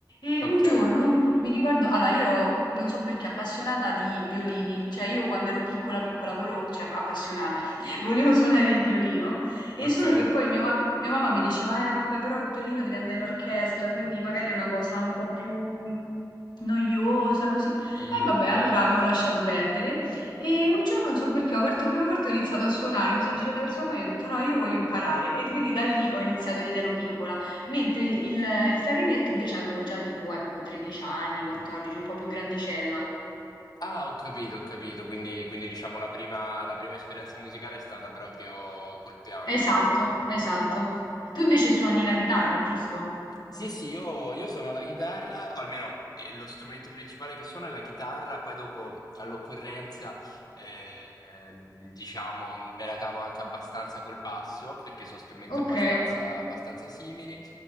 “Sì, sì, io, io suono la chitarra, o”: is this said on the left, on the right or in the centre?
Left